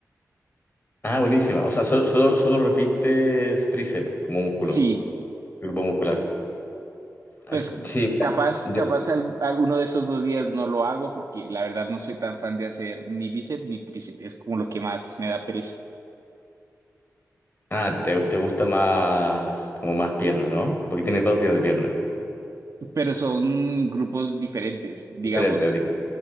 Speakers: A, on the left (about 35°); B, on the right (about 60°).
A: Ah, buenísima. O sea, solo, solo, solo repites tríceps como músculo,
B: Sí,
A: grupo muscular. Ah,
B: pues
A: Sí,
B: capaz,
A: yo-
B: capaz al- alguno de esos dos días no lo hago porque la verdad no soy tan fan de hacer ni bíceps ni tríceps. Es como lo que más me da pereza.
A: ah, te, te gusta más, como más pierna, ¿no? Porque tienes dos días de pierna.
B: Pero son grupos diferentes, digamos.
A: Diferente, dije.